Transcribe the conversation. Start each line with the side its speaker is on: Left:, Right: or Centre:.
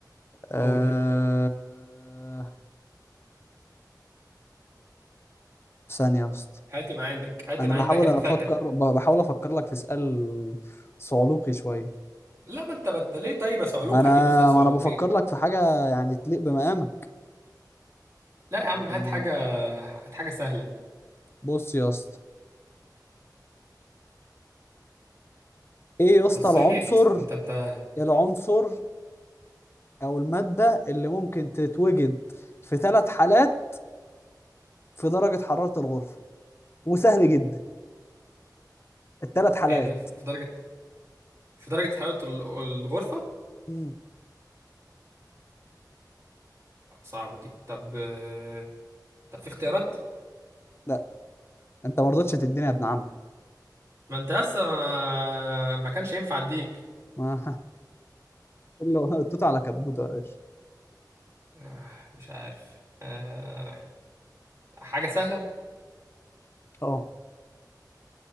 Left: أه...
Right: قول
Left: ثانية يا اسطى
Right: هاتي ما عندك هاتي
Left: انا
Right: ما
Left: بحاول
Right: عندك يا
Left: افكر
Right: فتى
Left: ب- بحاول افكر لك في سؤال صعلوقي شوية
Right: لا ما انت بت ليه طيب يا صعلوك
Left: ما انا
Right: هتجيب له سؤال صعلوك
Left: ما انا بفكر
Right: ايه
Left: لك في حاجة يعني تليق بمقامك
Right: لا
Left: أه،
Right: يا عم هات حاجة هات حاجة سهلة
Left: بص يا اسطى ايه يا اسطى
Right: بصيت
Left: العنصر
Right: انت انت
Left: العنصر او المادة اللي ممكن تتوجد في ثلاث حالات في درجة حرارة الغرفة وسهل جدا الثلاث حالات
Right: ايه ده في في درجة في درجة حرارة ال- الغرفة
Left: مم.
Right: صعبة دي طب آه، طب في اختيارات
Left: لا انت ما رضتش تديني يا ابن عمي
Right: ما انت لسه ما ما كانش ينفع اديك
Left: ما <laughs> كله توت على كبوته يا باشا
Right: آه، مش عارف آه، حاجة سهلة
Left: اه